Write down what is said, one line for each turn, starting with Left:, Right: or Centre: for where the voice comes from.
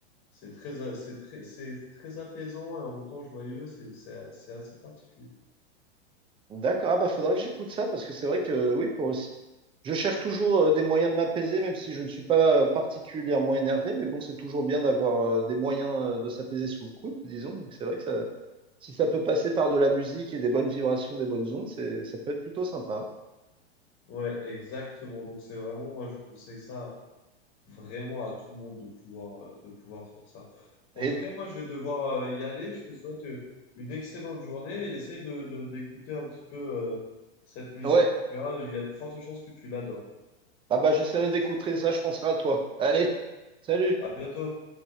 Left: c'est très, a- c'est très, c'est très apaisant et en même temps joyeux. C'est c'est- c'est assez particulier.
Right: D'accord, ah bah faudrait que j'écoute ça parce que c'est vrai que oui, pour aussi. Je cherche toujours euh, des moyens de m'apaiser, même si je ne suis pas euh, particulièrement énervé, mais bon, c'est toujours bien d'avoir euh, des moyens euh, de s'apaiser sous le coude, disons. Donc c'est vrai que ça, si ça peut passer par de la musique et des bonnes vibrations, des bonnes ondes, c'est, ça peut être plutôt sympa.
Left: Ouais, exactement. Donc, c'est vraiment, moi, je conseille ça vraiment à tout le monde de pouvoir, euh, de pouvoir faire ça. En
Right: Et
Left: tout cas, moi, je vais devoir euh, y aller. Je te souhaite euh, une excellente journée. Essaye de, de- d'écouter un petit peu euh, cette musique
Right: ouais,
Left: et tu verras, il y a de fortes chances que tu l'adores.
Right: ah bah j'essaierai d'écouter ça, je penserai à toi. Allez, salut!
Left: À bientôt.